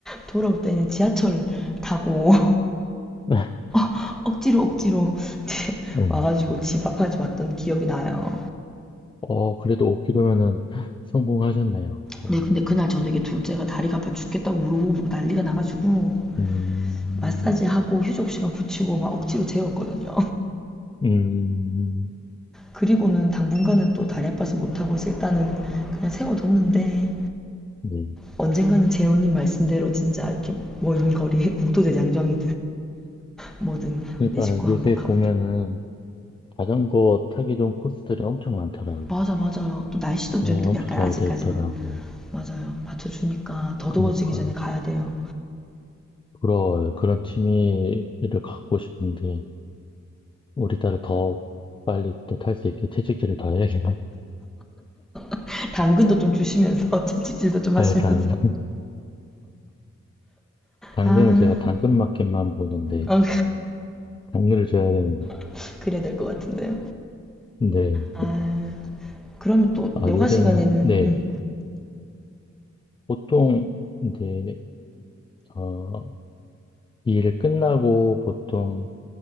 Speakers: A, in the centre; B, on the left (about 20°).
A: 돌아올 때는 지하철 타고
B: <laughs>
A: <laughs> 억지로 억지로 <laughs>
B: 네.
A: 와가지고 집 앞까지 왔던 기억이 나요.
B: 어, 그래도 5km면은 성공하셨네요. 와.
A: 네, 근데 그날 저녁에 둘째가 다리가 아파 죽겠다고 울고불고 난리가 나가지고
B: 음,
A: 마사지하고 휴족 시간 붙이고 막 억지로 재웠거든요.
B: 음,
A: 그리고는 당분간은 또 다리 아파서 못하고 있어 일단은 그냥 세워뒀는데
B: 네.
A: 언젠가는 재훈님 말씀대로 진짜 이렇게 먼 거리에 <laughs> 국토대장정이든 뭐든
B: 그러니까
A: 내 식구
B: 요새
A: 한번 가
B: 보면은 자전거 타기 좋은 코스들이 엄청 많더라고요.
A: 맞아 맞아요 또 날씨도
B: 네,
A: 좀
B: 엄청
A: 약간
B: 잘
A: 아직까지는
B: 돼 있더라고요.
A: 맞아요 받쳐주니까 더
B: 그러니까
A: 더워지기 전에 가야 돼요
B: 부러워요. 그런 취미를 갖고 싶은데 우리 딸을 더 빨리 또 탈 수 있게 채찍질을 더 해야겠네. <laughs>
A: <laughs> 당근도 좀 주시면서 <laughs> 채찍질도 좀 하시면서
B: 네, 당근. 당근은
A: 아
B: 제가 당근마켓만 보는데
A: 어,
B: 당근을 줘야 되는데.
A: <laughs> 그래야 될 것 같은데요
B: 네.
A: 아 그럼 또
B: 아,
A: 여가
B: 요새는
A: 시간에는
B: 네.
A: 음.
B: 보통 이제 어, 일 끝나고 보통